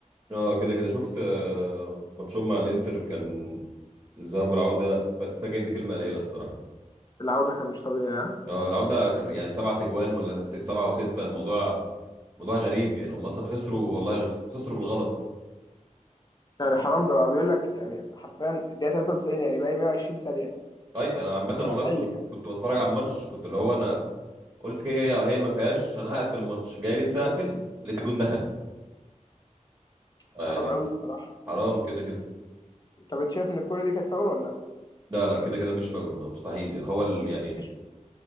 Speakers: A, on the right; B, on the left.
A: اه كده كده شفت آه، ماتشهم مع الانتر كان الذهاب والعوده ف- فجر دي كلمه قليله الصراحه
B: العودة كان مش طبيعي ها
A: اه العوده كانوا يعني سبعة تجوان ولا س- سبعة وستة الموضوع موضوع غريب يعني هم اصلا خسروا والله خسروا بالغلط
B: يعني حرام ده بقى بيقول لك يعني حرفيا الدقيقة 93 يعني باقي 120 ثانية
A: اي انا عامه
B: هو
A: والله
B: أقل
A: كنت
B: كمان
A: كنت بتفرج على الماتش كنت اللي هو انا قلت كده كده هي ما فيهاش انا هقفل الماتش جاي لسه اقفل لقيت الجون دخل يعني
B: حرام قوي الصراحة
A: حرام كده كده
B: طب انت شايف ان الكرة دي كانت فاول ولا لا؟
A: لا لا كده كده مش فاول ما مستحيل يعني هو ال... يعني
B: مش